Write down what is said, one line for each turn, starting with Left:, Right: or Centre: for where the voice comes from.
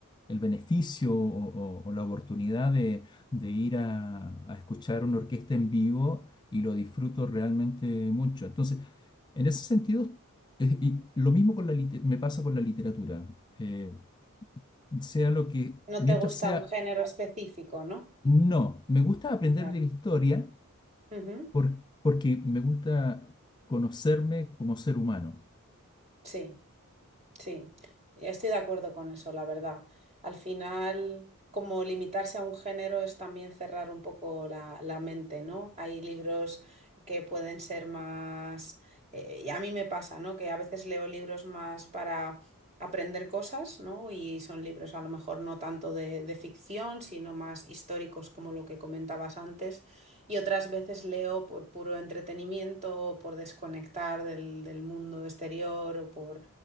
Left: el beneficio o, o- o la oportunidad de, de ir a, a escuchar una orquesta en vivo y lo disfruto realmente mucho. Entonces, en ese sentido, eh, y lo mismo con la lite- me pasa con la literatura. Eh, sea lo que,
Right: No
Left: mientras
Right: te gusta
Left: sea
Right: un género específico, ¿no?
Left: no, me gusta aprender
Right: Claro.
Left: de la historia
Right: Ujú,
Left: por- porque me gusta conocerme como ser humano.
Right: Sí. Sí, estoy de acuerdo con eso, la verdad. Al final, como limitarse a un género es también cerrar un poco la, la mente, ¿no? Hay libros que pueden ser más, eh, y a mí me pasa, ¿no? Que a veces leo libros más para aprender cosas, ¿no? Y son libros a lo mejor no tanto de, de ficción, sino más históricos como lo que comentabas antes. Y otras veces leo por puro entretenimiento, o por desconectar del, del mundo exterior o por